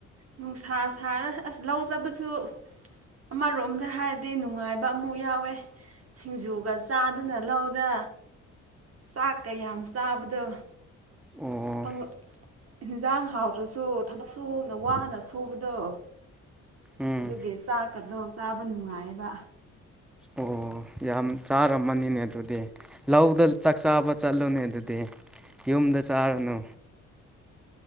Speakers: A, on the right; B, in the centre.
A: ꯅꯨꯡꯁꯥ ꯁꯥꯔ ꯑꯁ ꯂꯧꯖꯕꯁꯨ ꯑꯃꯔꯣꯝꯗ ꯍꯥꯏꯔꯗꯤ ꯅꯨꯡꯉꯥꯏꯕ ꯑꯃꯨꯛ ꯌꯥꯎꯋꯦ ꯁꯤꯡꯖꯨꯒ ꯆꯥꯗꯨꯅ ꯂꯧꯗ ꯆꯥꯛ ꯀꯌꯥꯝ ꯆꯥꯕꯗꯣ
B: ꯑꯣ
A: ꯄꯪꯛ ꯏꯟꯁꯥꯡ ꯍꯥꯎꯗ꯭ꯔꯁꯨ ꯊꯕꯛ ꯁꯨꯅ ꯋꯥꯅ ꯁꯨꯕꯗꯣ
B: ꯎꯝ
A: ꯑꯗꯨꯒꯤ ꯆꯥꯛꯀꯗꯣ ꯆꯥꯕ ꯅꯨꯡꯉꯥꯏꯕ
B: ꯑꯣ ꯌꯥꯝ ꯆꯥꯔꯝꯃꯅꯤꯅꯦ ꯑꯗꯨꯗꯤ ꯂꯧꯗ ꯆꯥꯛ ꯆꯥꯕ ꯆꯠꯂꯨꯅꯦ ꯑꯗꯨꯗꯤ ꯌꯨꯝꯗ ꯆꯥꯔꯅꯨ